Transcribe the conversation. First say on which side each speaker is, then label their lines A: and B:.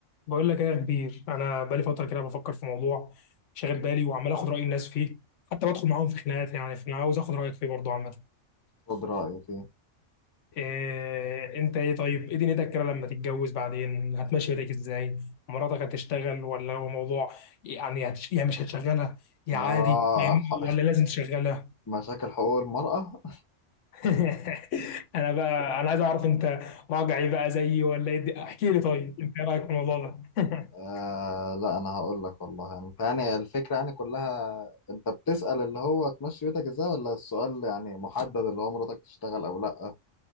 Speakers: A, on the left; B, on the left.
A: بقول لك ايه يا كبير انا بقالي فتره كده بفكر في موضوع شاغل بالي وعمال اخد راي الناس فيه حتى بدخل معاهم في خناقات يعني فانا عاوز اخد رايك فيه برضه عامه
B: خد رأيي فيه
A: إيه انت ايه طيب ايه دنيتك كده لما تتجوز بعدين هتمشي بيتك ازاي مراتك هتشتغل ولا هو موضوع يعني هتش... يعني مش هتشغلها يا
B: آه
A: عادي فاهمني؟
B: ح-
A: ولا لازم تشغلها
B: <laughs> مشاكل حقوق المرأة
A: <laughs> انا بقى انا عايز اعرف انت راجعي بقى زيي ولا ايه احكي لي طيب انت ايه رايك في الموضوع ده
B: آه
A: <laughs>
B: لا أنا هقول لك والله يعني يعني الفكرة يعني كلها أنت بتسأل اللي هو تمشي بيتك إزاي ولا السؤال يعني محدد اللي هو مراتك تشتغل أو لأ